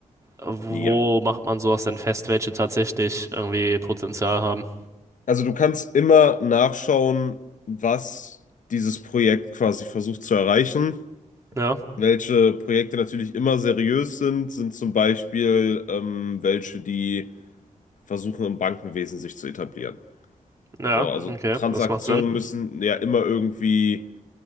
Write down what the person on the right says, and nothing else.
Wo
macht man sowas denn fest, welche tatsächlich irgendwie Potenzial haben?
Ja,
ja,
okay,
das macht Sinn.